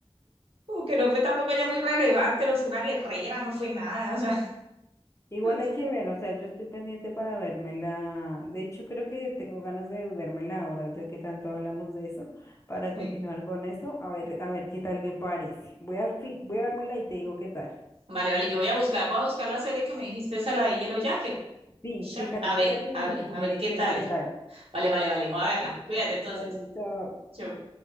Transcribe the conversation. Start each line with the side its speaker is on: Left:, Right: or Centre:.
Right: como que no fue tampoco ya muy relevante, no fue una guerrera, no fue nada, o sea,
Left: Igual
Right: <laughs>
Left: hay que ver, o sea, yo estoy pendiente para vérmela. De hecho, creo que tengo ganas de vérmela ahora, ya que tanto hablamos de eso, para
Right: sí.
Left: continuar con eso, a ver, a ver qué tal me parece. Voy a, fi- voy a vérmela y te digo qué tal.
Right: Vale, vale, yo voy a buscar, voy a buscar la serie que me dijiste, esa la de Yellow Jacket.
Left: Sí,
Right: Sha-
Left: fíjate,
Right: A
Left: fíjate
Right: ver, a
Left: y me,
Right: ver,
Left: y
Right: a
Left: me
Right: ver
Left: dices
Right: qué tal.
Left: qué tal.
Right: Vale, vale, vale. Voy a verla. Cuídate
Left: Vale,
Right: entonces.
Left: vale, chao.
Right: Chau.